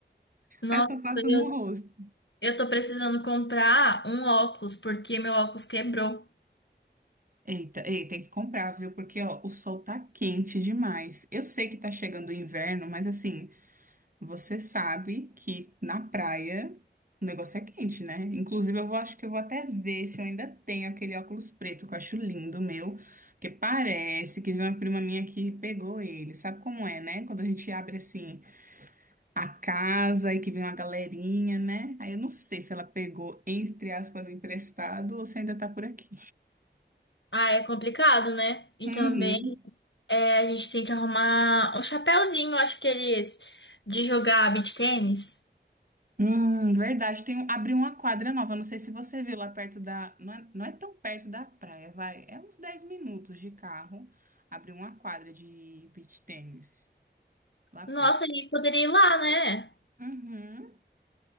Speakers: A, on the left; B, on the right.
A: Nossa,
B: aí só passo
A: eu,
B: no rosto.
A: eu tô precisando comprar um óculos, porque meu óculos quebrou.
B: Eita, ei, tem que comprar, viu? Porque, ó, o sol tá quente demais. Eu sei que tá chegando o inverno, mas, assim, Você sabe que na praia o negócio é quente, né? Inclusive, eu vou, acho que eu vou até ver se eu ainda tenho aquele óculos preto que eu acho lindo, meu. Porque parece que veio uma prima minha que pegou ele. Sabe como é, né? Quando a gente abre assim a casa e que vem uma galerinha, né? Aí eu não sei se ela pegou, entre aspas, emprestado ou se ainda tá por aqui.
A: Ah, é complicado, né? E
B: Uhum.
A: também é, a gente tem que arrumar um chapéuzinho, acho que eles, de jogar beach tênis.
B: Hum, verdade. Tem um, abriu uma quadra nova. Não sei se você viu lá perto da. Não é, não é tão perto da praia, vai. É uns 10 minutos de carro. Abriu uma quadra de beach tênis lá perto.
A: Nossa, a gente poderia ir lá, né?
B: Uhum,